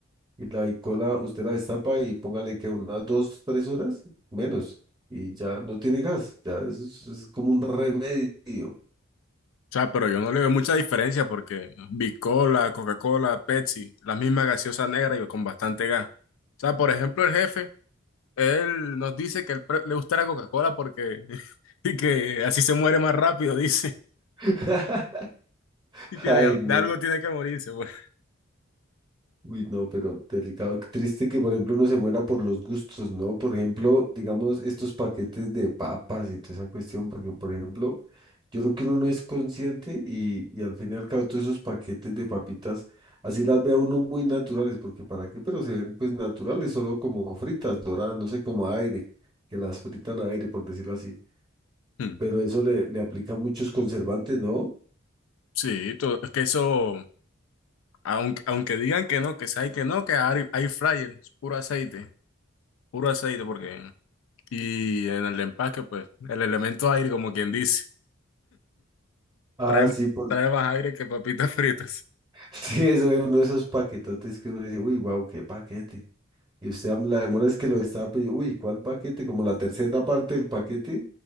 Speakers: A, on the right; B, on the left.
A: y la bicola usted la destapa y póngale que unas dos, tres horas menos y ya no tiene gas. Ya es, es como un remedio.
B: O sea, pero yo no le veo mucha diferencia porque Bicola, Coca-Cola, Pepsi, la misma gaseosa negra y con bastante gas. O sea, por ejemplo, el jefe. Él nos dice que él pre- le gusta la Coca-Cola porque <laughs> y que así se muere más rápido, dice.
A: <laughs>
B: Y que
A: Ay,
B: de, al-
A: no.
B: de algo tiene que morirse, pues.
A: Uy, no, pero delicado. Triste que, por ejemplo, uno se muera por los gustos, ¿no? Por ejemplo, digamos, estos paquetes de papas y toda esa cuestión, porque, por ejemplo, Yo creo que uno no es consciente y, y al fin y al cabo todos esos paquetes de papitas, así las ve a uno muy naturales, porque para qué, pero se ven pues naturales, solo como fritas, doradas, no sé, como a aire, que las fritan a aire, por decirlo así.
B: Hmm.
A: Pero eso le, le aplica muchos conservantes, ¿no?
B: Sí, to- es que eso, aunque, aunque digan que no, que sabe que no, que hay, hay fryer, es puro aceite, puro aceite, porque. Y en el empaque, pues, el elemento aire, como quien dice,
A: Ah,
B: trae,
A: sí, por...
B: trae más aire que papitas <laughs> fritas.
A: <laughs> sí, eso es uno de esos paquetotes que uno dice, uy, wow, qué paquete. Y usted am- la demora es que lo estaba pidiendo, uy, ¿cuál paquete? Como la tercera parte del paquete,